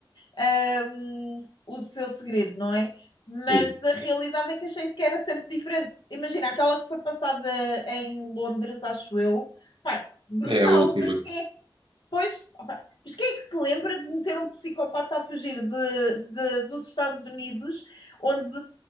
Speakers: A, on the left; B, on the right.
A: eh, ahm, o seu segredo, não é? Mas
B: Sim,
A: a realidade é que achei que era sempre diferente. Imagina, aquela que foi passada em Londres, acho eu, pá, brutal,
B: é a última.
A: mas quem é Pois, opa, mas quem é que se lembra de meter um psicopata a fugir de, de- dos Estados Unidos, onde